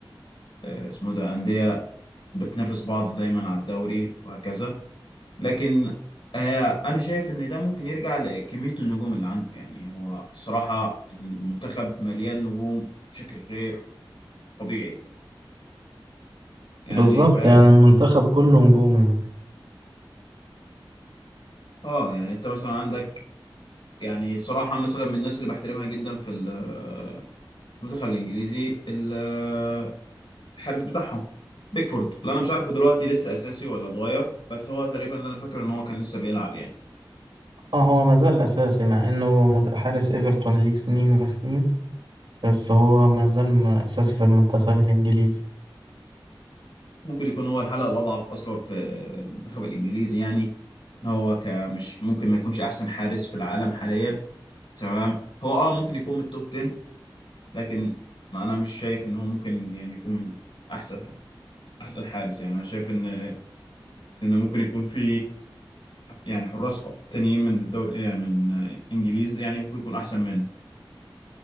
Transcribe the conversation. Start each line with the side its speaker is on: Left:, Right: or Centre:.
Left: آه، اسمه ده أندية بتنافس بعض دايما على الدوري وهكذا لكن آه انا شايف ان ده ممكن يرجع لكمية النجوم اللي عنده يعني هو الصراحة المنتخب مليان نجوم بشكل غير طبيعي يعني
Right: بالظبط
Left: فاهم
Right: يعني المنتخب كله نجوم يعني
Left: اه يعني انت مثلا عندك يعني صراحة مثلا من الناس اللي بحترمها جدا في ال- المنتخب الانجليزي ال- الحارس بتاعهم بيكفورد اللي انا مش عارفه دلوقتي لسه اساسي ولا اتغير بس هو تقريبا اللي انا فاكر ان هو كان لسه بيلعب يعني
Right: اه هو ما زال اساسي مع انه مد- حارس ايفرتون ليه سنين وسنين بس هو ما زال م- اساسي في المنتخب الانجليزي
Left: ممكن يكون هو الحلقة الاضعف اصلا في المنتخب الانجليزي يعني ان هو كمش ممكن ما يكونش احسن حارس في العالم حاليا تمام هو اه ممكن يكون من التوب 10 لكن ما انا مش شايف ان هو ممكن يعني يكون من احسن احسن حارس يعني انا شايف ان ان ممكن يكون في يعني حراس تانيين من الدوري إيه، من انجليز يعني ممكن يكون احسن منه